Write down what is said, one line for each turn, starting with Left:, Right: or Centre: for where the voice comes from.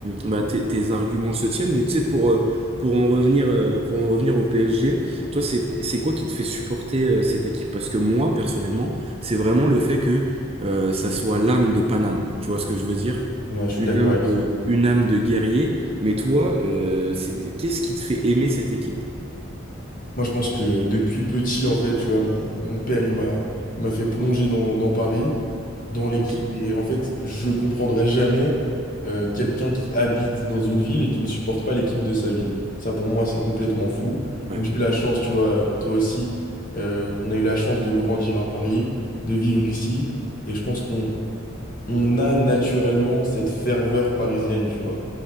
Right: mm. Bah, tes, tes arguments se tiennent, mais tu sais, pour, euh, pour en revenir, euh, pour en revenir au PSG, toi, c'est, c'est quoi qui te fait supporter euh, cette équipe? Parce que moi, personnellement, c'est vraiment le fait que euh, ça soit l'âme de Paname. Tu vois ce que je veux dire?
Left: Ouais, je suis
Right: Une
Left: d'accord
Right: âme
Left: avec
Right: de,
Left: toi.
Right: une âme de guerrier. Mais toi, euh, c'est- qu'est-ce qui te fait aimer cette équipe?
Left: Moi, je pense que depuis petit, en fait, tu vois, mais mon père, il m'a, il m'a fait plonger dans, dans Paris, dans l'équipe.
Right: Ok.
Left: Et en fait, je comprendrai jamais euh, quelqu'un qui habite dans une ville et qui ne supporte pas l'équipe de sa ville. Ça, pour moi, c'est complètement fou.
Right: Ouais.
Left: Donc, j'ai eu la chance, tu vois, euh, toi aussi, euh, on a eu la chance de grandir à Paris, de vivre ici. Et je pense qu'on on a naturellement cette ferveur parisienne, tu vois.